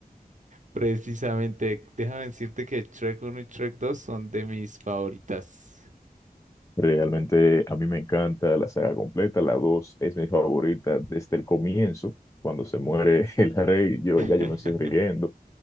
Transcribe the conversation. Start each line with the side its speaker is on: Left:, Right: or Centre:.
Right: precisamente, déjame decirte que Shrek uno y Shrek dos son de mis favoritas.
Left: Realmente a mí me encanta la saga completa, la 2 es mi favorita desde el comienzo, cuando se muere <laughs> el rey, yo
Right: <laughs>
Left: ya yo me estoy riendo.